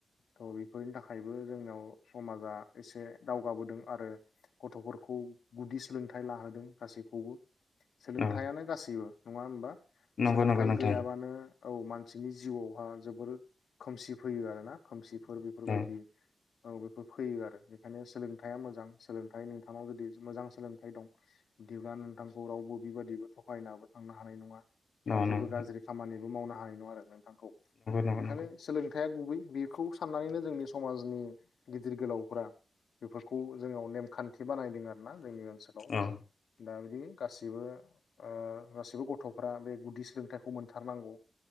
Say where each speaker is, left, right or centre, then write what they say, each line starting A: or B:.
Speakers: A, on the left; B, on the left.
A: थ' बे फोरनि थाखायबो जोंनाव समाजा एसे दावगाबोदों आरो गथ'फोरखौ गुदि सोलोंथाइ लाहोदों गासैखौबो
B: औ
A: सोलोंथाइानो गासैबो नङा होमबा
B: नंगौ
A: सोलोंथाइ
B: नंगौ नोंथां
A: गैयाबानो औ मानसि जोंनि जिउआवहा जोबोर खोमसि फैयो आरोना खोमसिफोर बेफोरबायदि
B: औ
A: औ बे फोर फैयो आरो बेखायनो सोलोंथाइया मोजां सोलोंथाइ नोंथांनाव जुदि मोजां सोलोंथाइ दं बिदिब्ला नोंथांखौ रावबो बेबादिबो थगायनाबो थांनो हानाय नङा बा
B: औ
A: जेबो
B: नंगौ
A: गाज्रि खामानिबो मावना <unintelligible> बिथांखौ
B: नंगौ
A: ओंखायनो
B: नंगौ
A: सोलोंथाइआ गुबै बेखौ साननानैनो नों जोंनि समाजनि गिदिर गोलावफोरा बेफोरखौ जोंनाव नेमखान्थि बानाय फैदों आरोना जोंनि ओनसोलाव
B: औ
A: दा बिदि गासिबो ओ गासिबो गथ'फ्रा बे गुदि सोलोंथाइखौ मोनथारनांगौ